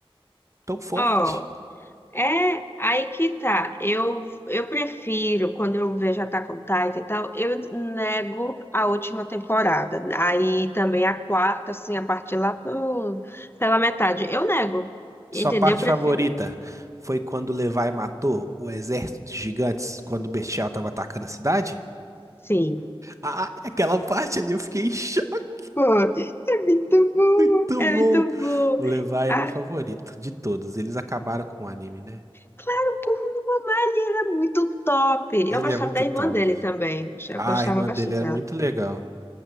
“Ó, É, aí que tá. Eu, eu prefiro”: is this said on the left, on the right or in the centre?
Left